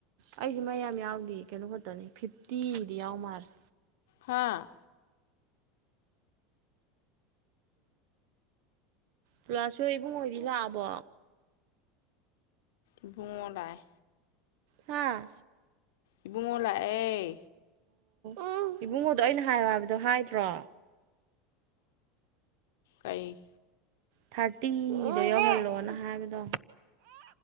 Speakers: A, on the right (about 60°); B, on the left (about 80°).
A: ꯑꯩꯗꯤ ꯃꯩ ꯌꯥꯝ ꯌꯥꯎꯗꯦ ꯀꯩꯅꯣ ꯅꯤ ꯐꯤꯐꯇꯤꯗꯤ ꯌꯥꯎ ꯃꯥꯜꯂꯦ
B: ꯍꯥꯥ
A: ꯄꯨꯂꯥꯁꯁꯨ ꯏꯕꯨꯡꯉꯣ ꯍꯣꯏꯗꯤ ꯂꯥꯛꯑꯕꯣ
B: ꯏꯕꯨꯉꯣ ꯂꯥꯛꯑ
A: ꯍꯥꯥ
B: ꯏꯕꯨꯡꯉꯣ ꯂꯥꯛꯑꯦ
A: ꯑꯣ ꯏꯕꯨꯡꯉꯣꯗꯣ ꯑꯩꯅ ꯍꯥꯏꯌꯣ ꯍꯥꯏꯕꯗꯣ ꯍꯥꯏꯗ꯭ꯔꯣ
B: ꯀꯩ
A: ꯊꯥꯔꯇꯤꯗ ꯌꯧꯍꯜꯂꯣꯅ ꯍꯥꯏꯕꯗꯣ